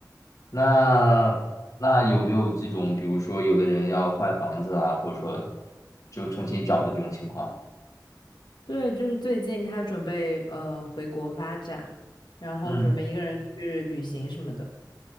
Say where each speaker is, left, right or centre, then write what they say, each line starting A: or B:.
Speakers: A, on the left; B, on the left.
A: 那那有没有这种，比如说有的人要换房子啊，或者说就重新找的这种情况？
B: 对，就是最近他准备呃回国发展，然后准备一个人去旅行什么的。
A: 嗯